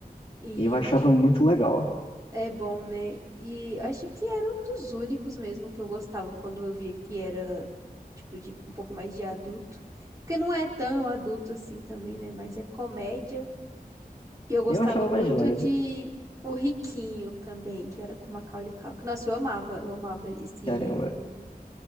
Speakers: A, on the right (about 20°); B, on the left (about 35°).
A: E
B: Eu achava
A: deixa
B: muito
A: eu...
B: legal.
A: É bom, né? E acho que era um dos únicos mesmo que eu gostava quando eu via que era, tipo, de, um pouco mais de adulto. Porque não é tão adulto assim também, né? Mas é comédia. E eu gostava
B: Eu achava
A: muito
B: mais leve,
A: de O Riquinho também, que era com Macaulay Culkin. Nossa, eu amava, eu amava esse
B: caramba.
A: filme.